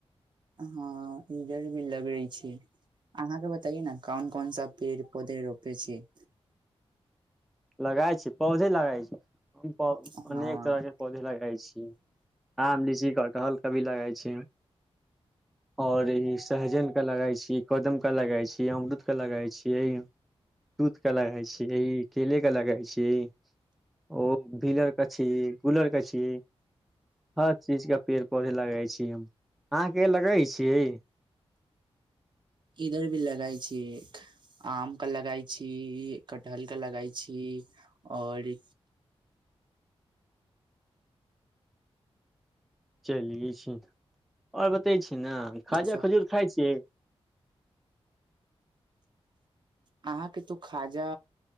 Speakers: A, on the right; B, in the centre.
A: हँ इधर भी लगै छैय अहाँके बताइए न कौन कौन सा पेड़ पोधे रोपे छी
B: लगााय छैय पौधे लगााय छैय हम प
A: हँ
B: अनेक तरह के पौधे लगय छियै। आम लीची कटहल कभी लगाइ छियै और ई सहजन के लगई छियै। कदम के लगाइ छियै अमरूद के लगााइ छियै तूत के लगाय छियै केले के लगाई छियै ओ <unintelligible> के छी गुलर के छी हर चीज के पेड़ पौधे लगई छी हम आंह के लगई छियै
A: इधर भी लगाइ छी आमके लगाइ छी कटहलके लगाइ छी और
B: चलिये छी ओऔर बतै छी ने खाजा
A: सब
B: खजूर खाइ छियै
A: अहाँके तो खाजा